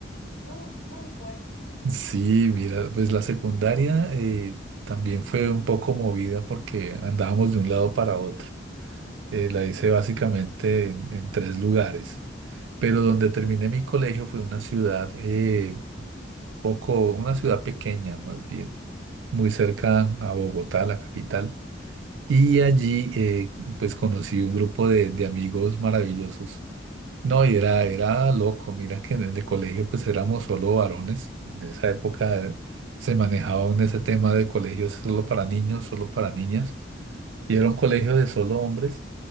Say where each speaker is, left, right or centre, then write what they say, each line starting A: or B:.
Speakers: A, on the left; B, on the right.
A: cómo, fu- cómo fue.
B: Sí, mira, pues la secundaria eh, también fue un poco movida porque andábamos de un lado para otro. Eh, la hice básicamente en, en tres lugares, pero donde terminé mi colegio fue una ciudad eh, poco, una ciudad pequeña más bien, muy cerca a Bogotá, la capital. Y allí, eh, pues conocí un grupo de, de amigos maravillosos. No, y era, era loco. Mira que en el colegio, pues éramos solo varones. En esa época se manejaba aún ese tema de colegios solo para niños, solo para niñas. Y era un colegio de solo hombres.